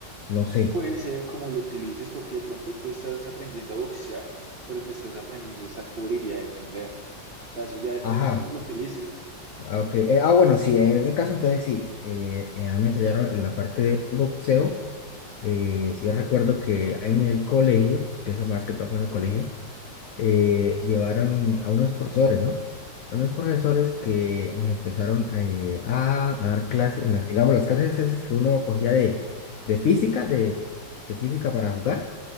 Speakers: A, on the left (about 80°); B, on the right (about 60°).
A: no sé.
B: Puede ser como lo utilices porque de pronto tú estás aprendiendo a boxear, pero te estás aprendiendo es a cubrir y a defender. O sea, eso ya depende
A: Ajá,
B: es cómo lo utilices.
A: ah, ok. Eh, ah, bueno, sí, en ese caso entonces sí, eh, eh, a mí me enseñaron en la parte de boxeo, eh, sí recuerdo que en el colegio, que eso más que todo fue en el colegio, eh, llevaron a unos profesores, ¿no? A unos profesores que nos empezaron eh, a, a dar clases, las, digamos, las clases esas que uno cogía de, de física, de, de física para jugar.